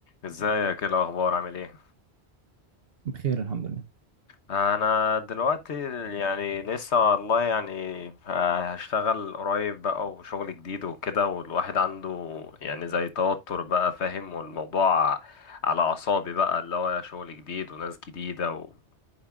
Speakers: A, on the left; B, on the right.
A: ازيك ايه الاخبار عامل ايه
B: بخير الحمد لله
A: انا دلوقتي يعني لسه والله يعني آه، هشتغل قريب بقى وشغل جديد وكده والواحد عنده يعني زي توتر بقى فاهم والموضوع على اعصابي بقى اللي هو شغل جديد وناس جديدة وكده